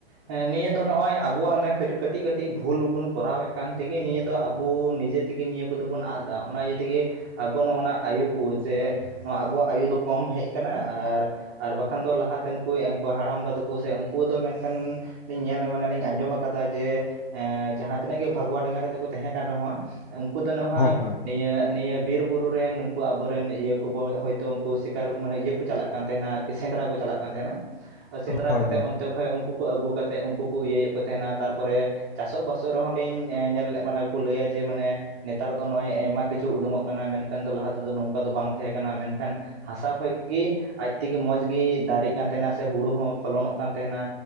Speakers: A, on the right; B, on the left.
A: ᱦᱮᱸ ᱱᱤᱭᱟᱹ ᱫᱚ ᱱᱚᱜ ᱚᱭ ᱟᱵᱚᱣᱟᱜ ᱚᱱᱮ ᱠᱟᱹᱴᱤᱡ ᱠᱟᱹᱴᱤᱡ ᱵᱷᱩᱞ ᱵᱩᱱ ᱠᱚᱨᱟᱣ ᱮᱫ ᱠᱟᱱ ᱛᱮᱸᱜᱮ ᱱᱤᱭᱟ ᱫᱚ ᱟᱵᱚ ᱱᱤᱡᱮ ᱛᱮᱜᱮ ᱱᱤᱭᱟᱹ ᱠᱚᱫᱚ ᱵᱚᱱ ᱟᱫᱟ ᱚᱱᱟ ᱤᱭᱟᱹ ᱛᱮᱜᱮ ᱟᱵᱚᱣᱟᱜ ᱱᱚᱜᱼᱚ ᱱᱚᱣᱟ ᱟᱭᱩ ᱠᱚ ᱡᱮ ᱟᱵᱚᱣᱟᱜ ᱟᱭᱩ ᱫᱚ ᱠᱚᱢ ᱦᱮᱡ ᱠᱟᱱᱟ ᱟᱨ ᱟᱨ ᱵᱟᱠᱷᱟᱱ ᱫᱚ ᱞᱟᱦᱟᱛᱮᱱ ᱠᱚ ᱮᱱᱠᱩ ᱦᱟᱲᱟᱢᱵᱟ ᱛᱟᱠᱚ ᱩᱱᱠᱩ ᱥᱮ ᱩᱱᱠᱩ ᱫᱚ ᱢᱮᱱᱠᱷᱟᱱ ᱧᱮᱞ ᱢᱟᱱ ᱞᱤᱧ ᱟᱸᱡᱚᱢ ᱟᱠᱟᱫᱟ ᱡᱮ ᱮᱸ ᱡᱟᱦᱟᱸ ᱛᱤᱱᱟᱹᱜ ᱜᱮ ᱵᱷᱟᱜᱽᱣᱟ ᱰᱮᱸᱜᱟ ᱠᱟᱛᱮᱜ ᱠᱚ ᱛᱟᱦᱮᱸ ᱠᱟᱱ ᱨᱮᱦᱚᱸ ᱩᱱᱠᱩ ᱫᱚ ᱱᱮᱦᱚᱭ
B: ᱦᱳᱭ ᱦᱳᱭ
A: ᱱᱤᱭᱟᱹ ᱱᱤᱭᱟᱹ ᱵᱤᱨ ᱵᱩᱨᱩ ᱟ <unintelligible> ᱨᱮᱱ ᱱᱩᱠᱩ ᱟᱵᱚᱨᱮᱱ ᱤᱭᱟᱹ ᱠᱚᱵᱚ ᱦᱳᱭᱛᱚ ᱩᱱᱠᱩ ᱥᱤᱠᱟᱨ ᱢᱟᱱᱮ ᱤᱭᱟᱹᱠᱚ ᱪᱟᱞᱟᱜ ᱠᱟᱱ ᱛᱟᱦᱮᱱᱟ ᱟᱨᱠᱤ ᱥᱮᱸᱫᱽᱨᱟ ᱠᱚ ᱪᱟᱞᱟᱜ ᱠᱟᱱ ᱛᱟᱦᱮᱱᱟ
B: <unintelligible>
A: ᱥᱮᱸᱫᱽᱨᱟ ᱠᱟᱛᱮᱫ
B: ᱦᱳᱭ
A: ᱚᱱᱛᱮ ᱠᱷᱚᱱᱚᱡ ᱩᱱᱠᱩ ᱠᱚ ᱟᱹᱜᱩ ᱠᱟᱛᱮᱫ ᱩᱱᱠᱩ ᱠᱚ ᱤᱭᱟᱹᱭᱮᱫ ᱠᱚ ᱛᱟᱦᱮᱱᱟ ᱛᱟᱨᱯᱚᱨᱮ ᱪᱟᱥᱚᱜ ᱵᱟᱟᱥᱚᱜ ᱨᱮᱦᱚᱸ ᱞᱤᱧ ᱧᱮᱞ ᱢᱟᱱᱮ ᱠᱚ ᱞᱟᱹᱭᱟ ᱡᱮ ᱢᱟᱱᱮ ᱱᱮᱛᱟᱨ ᱫᱚ ᱱᱚᱜᱼᱚᱭ ᱟᱭᱢᱟ ᱠᱤᱪᱷᱩ ᱩᱰᱩᱠᱚᱜ ᱠᱟᱱᱟ ᱢᱮᱱᱠᱷᱟᱱ ᱫᱚ ᱞᱟᱦᱟ ᱛᱮᱫᱚ ᱱᱚᱝᱠᱟ ᱫᱚ ᱵᱟᱝ ᱛᱟᱦᱮᱸ ᱠᱟᱱᱟ ᱢᱮᱱᱠᱷᱟᱱ ᱦᱟᱥᱟ ᱠᱷᱚᱡᱜᱤ ᱟᱡ ᱛᱮᱜᱮ ᱢᱚᱸᱡᱽ ᱜᱤ ᱫᱟᱨᱮᱜ ᱠᱟᱱ ᱛᱟᱦᱮᱱᱟ ᱥᱮ ᱦᱩᱲᱩ ᱦᱚᱸ ᱯᱷᱚᱞᱚᱱᱚᱜ ᱠᱟᱱ ᱛᱟᱦᱮᱱᱟ